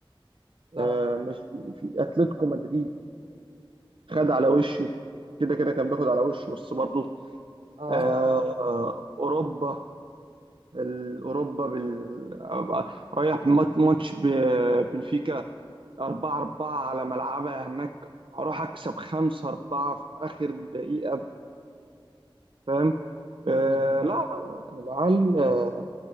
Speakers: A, on the right; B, on the right.
A: صح
B: آه، مش في اتلتيكو مدريد خد على وشه كده كده كان بياخد على وشه بس برضه
A: أه
B: آه، اوروبا الأوروبا بال... رايح مات- ماتش ب... بنفيكا 4 4 على ملعبها هناك أروح أكسب 5 4 في آخر دقيقة فاهم آه
A: <laughs>
B: لا لا لا العيال آه،